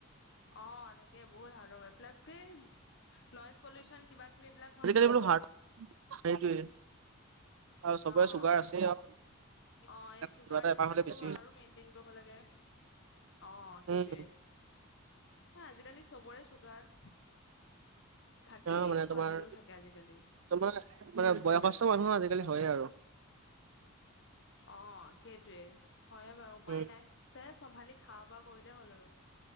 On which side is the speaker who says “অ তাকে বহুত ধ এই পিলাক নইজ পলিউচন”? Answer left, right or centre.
Left